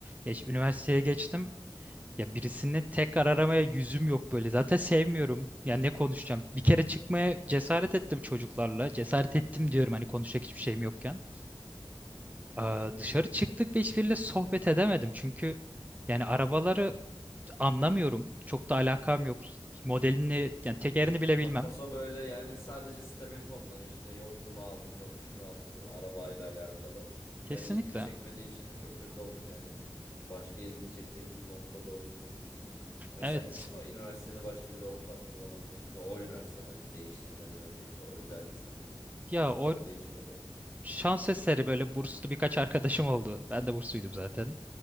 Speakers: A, on the right (about 20°); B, on the left (about 35°).
A: E, şi- üniversiteye geçtim. Ya birisini tekrar aramaya yüzüm yok böyle. Zaten sevmiyorum. Ya ne konuşacağım? Bir kere çıkmaya cesaret ettim çocuklarla. Cesaret ettim diyorum hani konuşacak hiçbir şeyim yokken. Aa, dışarı çıktık ve hiçbiriyle sohbet edemedim. Çünkü yani arabaları Anlamıyorum. Çok da alakam yok. Modelini yani tekerini bile bilmem.
B: Ha, paso böyle yani sadece stabil konular işte yok bunu aldım yok şunu attım arabayla alakalı.
A: Kesinlikle.
B: Evet ilgini çekmediği için de çok kötü olmuş hani başka ilgini çekecek bir noktada oluşmadıysa. Ya Mesela
A: Evet.
B: hiç mi o üniversitede başka bir ortam bulamadın peki o üniversiteden hani değiştirmeden önceki o özeldi sanırım.
A: Ya
B: Mesela
A: o
B: orada hiç böyle.
A: şans eseri böyle burslu birkaç arkadaşım oldu. Ben de bursluydum zaten.